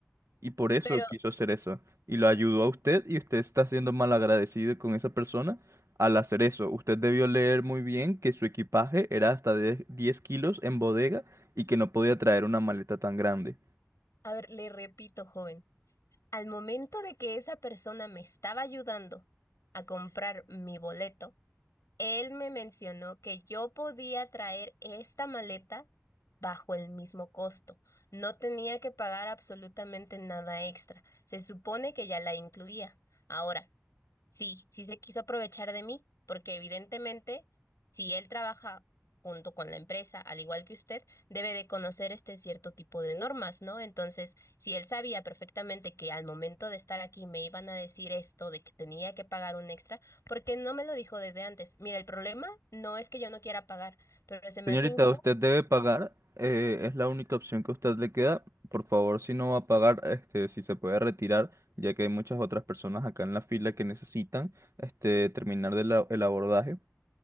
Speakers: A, on the right; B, on the left.
A: y por eso
B: Pero,
A: quiso hacer eso. Y lo ayudó a usted y usted está siendo mal agradecido con esa persona al hacer eso. Usted debió leer muy bien que su equipaje era hasta de 10 kilos en bodega y que no podía traer una maleta tan grande.
B: a ver, le repito, joven. Al momento de que esa persona me estaba ayudando a comprar mi boleto, él me mencionó que yo podía traer esta maleta bajo el mismo costo. No tenía que pagar absolutamente nada extra. Se supone que ya la incluía. Ahora, Sí, sí se quiso aprovechar de mí, porque evidentemente, si él trabaja junto con la empresa, al igual que usted, debe de conocer este cierto tipo de normas, ¿no? Entonces, si él sabía perfectamente que al momento de estar aquí me iban a decir esto de que tenía que pagar un extra, ¿por qué no me lo dijo desde antes? Mira, el problema no es que yo no quiera pagar, pero se me
A: Señorita,
B: hace injusto.
A: usted debe pagar, eh, es la única opción que a usted le queda. Por favor, si no va a pagar, este, si se puede retirar, ya que hay muchas otras personas acá en la fila que necesitan, este, terminar de la- el abordaje.